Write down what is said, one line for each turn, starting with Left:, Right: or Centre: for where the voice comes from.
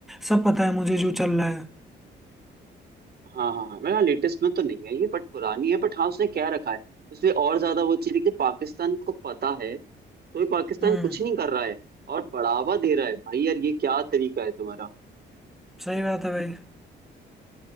Centre: सब पता है मुझे जो चल रहा है
Right: हाँ हाँ हाँ मेरा लेटेस्ट में तो नहीं है ये बट पुरानी है बट हाँ उसने क्या रखा है इसलिए और ज्यादा वो चीज है कि पाकिस्तान को पता है तो भी पाकिस्तान
Centre: हम्म
Right: कुछ नहीं कर रहा है और बढ़ावा दे रहा है भाई यार ये क्या तरीका है तुम्हारा
Centre: सही बात है भाई